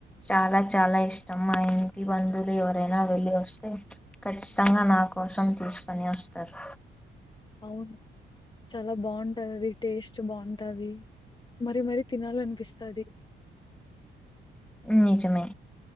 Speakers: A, in the centre; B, on the left.
A: చాలా చాలా ఇష్టం మా ఇంటి బంధువులు ఎవరైనా వెళ్లి వస్తే ఖచ్చితంగా నా కోసం తీసుకుని వస్తారు
B: అవును చాలా బాగుంటది అది టేస్ట్ బాగుంటది మరి మరీ తినాల అనిపిస్తది
A: నిజమే